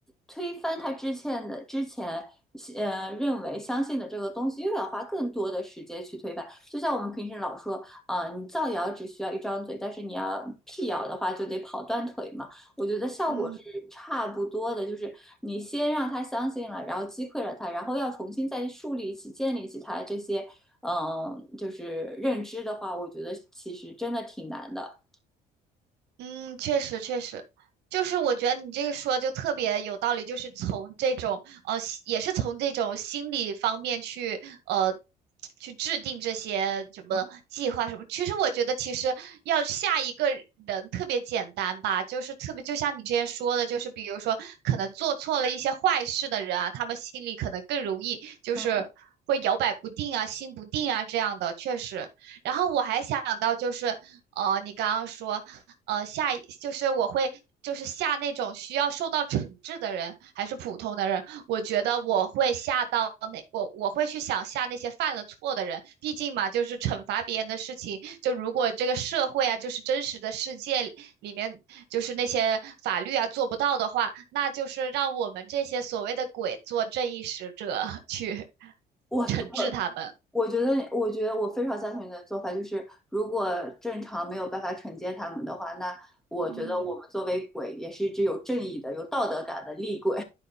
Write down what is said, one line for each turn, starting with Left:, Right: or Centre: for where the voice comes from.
Centre: 推翻他之前的之前，呃，认为相信的这个东西，又要花更多的时间去推翻。就像我们平时老说，啊、你造谣只需要一张嘴，但是你要辟谣的话，就得跑断腿嘛。我觉得效果是差不多的，
Right: 嗯，
Centre: 就是你先让他相信了，然后击溃了他，然后要重新再树立起、建立起他这些，嗯、就是认知的话，我觉得其实真的挺难的。
Right: 嗯，确实确实，就是我觉得你这个说就特别有道理，就是从这种呃，也是从这种心理方面去呃去制定这些什么计划什么。
Centre: 嗯
Right: 其实我觉得，其实要下一个人特别简单吧，就是特别就像你之前说的，就是比如说可能做错了一些坏事的人啊，他们心里可能更容易就是会摇摆不定啊、
Centre: 嗯，
Right: 心不定啊这样的，确实。然后我还想到就是呃，你刚刚说。呃下一就是我会就是下那种需要受到惩治的人，还是普通的人，我觉得我会下到那我我会去想下那些犯了错的人，毕竟嘛，就是惩罚别人的事情，就如果这个社会啊，就是真实的世界里里面，就是那些法律啊做不到的话，那就是让我们这些所谓的鬼做正义使者去 <laughs>
Centre: 我我我觉得，
Right: 惩治他们。
Centre: 我觉得我非常赞同你的做法，就是如果正常没有办法惩戒他们的话，那我觉得我们作为鬼也是一只有正义的、
Right: 嗯，
Centre: 有道德感的厉鬼。